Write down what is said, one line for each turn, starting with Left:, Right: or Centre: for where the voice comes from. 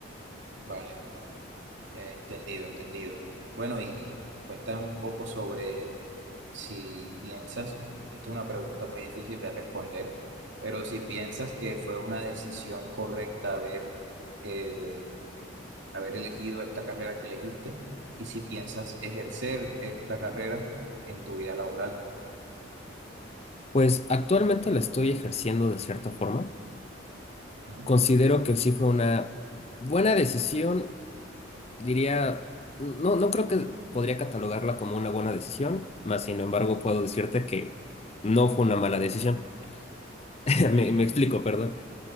Right: vale, eh, entendido, entendido. Bueno, y cuéntame un poco sobre si piensas, esta es una pregunta muy difícil de responder, pero si piensas que fue una decisión correcta haber eh, haber elegido esta carrera que elegiste y si piensas ejercer esta carrera en tu vida laboral.
Left: Pues actualmente la estoy ejerciendo de cierta forma.
Right: Ujú,
Left: Considero que sí fue una buena decisión Diría, no, no creo que podría catalogarla como una buena decisión, más sin embargo puedo decirte que no fue una mala decisión. <laughs> Me,
Right: ok,
Left: me explico, perdón.